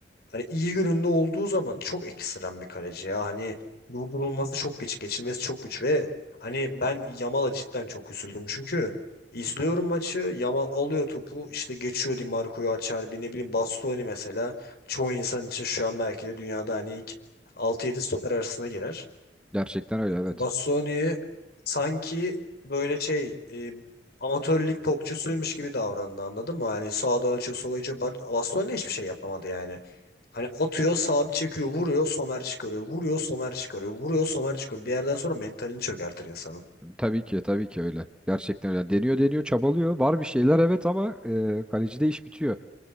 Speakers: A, on the left (about 60°); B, in the centre.
A: Hani iyi gününde olduğu zaman çok ekstrem bir kaleci ya. Hani durdurulması çok güç, geçilmesi çok güç ve hani ben Yamal'a cidden çok üzüldüm. Çünkü izliyorum maçı, Yamal alıyor topu, işte geçiyor Di Marco'yu, açar Acerbi, ne bileyim Bastoni mesela. Çoğu insan için şu an belki de dünyada hani ilk altı yedi stoper arasına girer.
B: Gerçekten öyle evet.
A: Bassoni'yi sanki böyle şey e, amatör lig topçusuymuş gibi davrandı anladın mı? Hani sağdan açıyor sola açıyor. Bak, Bassoni hiçbir şey yapamadı yani. Hani atıyor sağa bir çekiyor vuruyor somer çıkarıyor. Vuruyor somer çıkarıyor. Vuruyor somer çıkarıyor. Bir yerden sonra mentalini çökertir insanın.
B: Tabii ki tabii ki öyle. Gerçekten öyle. Deniyor deniyor çabalıyor. Var bir şeyler evet ama e, kalecide iş bitiyor.